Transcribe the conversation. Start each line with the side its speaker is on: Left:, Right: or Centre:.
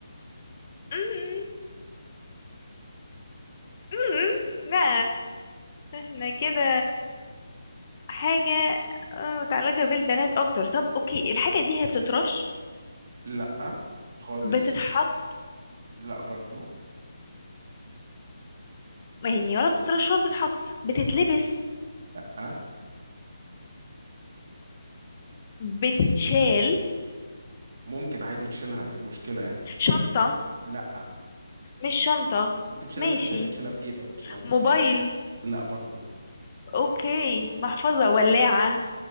Left: مم، مم، لا احنا كده حاجة آه، متعلقة بالبنات اكتر طب اوكي الحاجة دي هي بتترش
Right: لأ خالص
Left: بتتحط
Right: لأ برضو
Left: يعني ولا بتترش ولا بتتحط بتتلبس
Right: لأ لأ
Left: بتتشال
Right: ممكن عادي تشيلها إيه المشكلة يعني
Left: شنطة
Right: لأ
Left: مش شنطة
Right: ممكن تشيلها
Left: ماشي
Right: في إيدك تشيلها في جيبك تشيلها في
Left: موبايل
Right: مع لأ برضو
Left: اوكي محفظة ولاعة